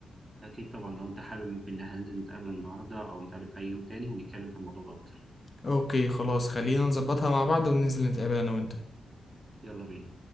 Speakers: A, on the right; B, on the left.
A: اكيد طبعا لو انت حابب ممكن ان احنا ننزل نتقابل النهارده او نتقابل في اي يوم تاني ونتكلم في الموضوع ده اكتر
B: اوكي خلاص خلينا نظبطها مع بعض وننزل نتقابل انا وانت
A: يلا بينا